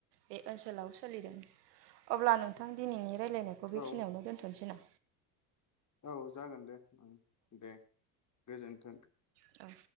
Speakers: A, on the right (about 80°); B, on the left (about 40°).
A: बे ओनसोलाव सोलिदों अब्ला नोंथां दिनैनि रायज्लायनायखौ बेखिनियावनो
B: औ
A: दोनथ'नोसै ना
B: औ जागोन दे दे गोजोन्थों
A: औ